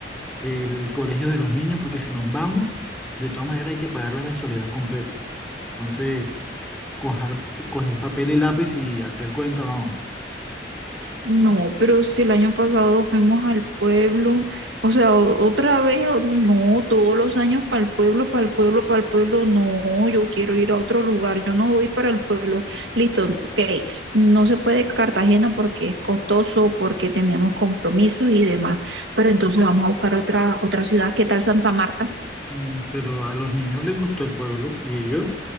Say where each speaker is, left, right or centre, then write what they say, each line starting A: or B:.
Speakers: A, in the centre; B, on the right (about 85°).
A: del colegio de los niños, porque si nos vamos, de todas maneras hay que pagar la mensualidad completa. Entonces, cuajar- coger papel y lápiz y hacer cuenta, vamos.
B: No, pero si el año pasado fuimos al pueblo, o sea, o- otra vez, o- no, todos los años para el pueblo, para el pueblo, para el pueblo, no, yo quiero ir a otro lugar, yo no voy para el pueblo. Listo, n- ok, no se puede Cartagena porque es costoso, porque tenemos compromisos y demás, pero entonces vamos a buscar otra, otra ciudad, ¿qué tal Santa Marta?
A: Mm, Pero a los niños les gustó el pueblo y ellos,